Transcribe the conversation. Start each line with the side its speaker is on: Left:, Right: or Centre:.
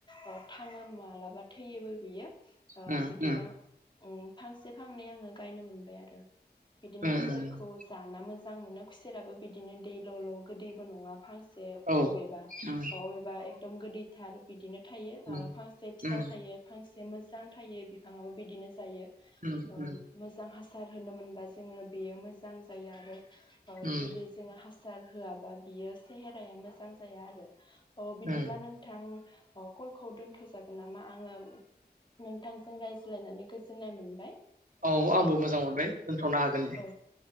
Left: ओ थाङो मालाबा थैयोबो बियो। ओ
Right: उम
Left: बिदिनो
Right: उम
Left: उम फांसे फांनै आङो गायनो मोनबाय आरो। बिदिनो
Right: उम
Left: खुसेर
Right: उम
Left: खौ जाना मोज मोजां मोनो खुसेराबो बिदिनो दै ल' ल' गोदैबो नङा फां से
Right: औ
Left: अबेबा
Right: उम
Left: अबेबा एकदम गोदै थार बिदिनो थायो ओ
Right: उम
Left: फांसे फिसा
Right: उम
Left: थायो फांस बे मोजां थायो बिफाङाबो बिदिनो जायो।
Right: उम
Left: अ
Right: उम
Left: मोजां हास सार होनो मोनबा जोङो बेयो मोजां जायो आरो। ओ
Right: उम
Left: जुदि जोङो हास सार होआबा बियो सेहेराया मोजां जाया आरो। औ बिदिब्ला
Right: उम
Left: नोंथां अ कल खौ दोनथ' जागोन नामा आङो नोंथांजों रायज्लाय नानै गोजोननाय मोनबाय।
Right: औ आंबो मोजां मोनबाय दोनथ'नो हागोन दे
Left: औ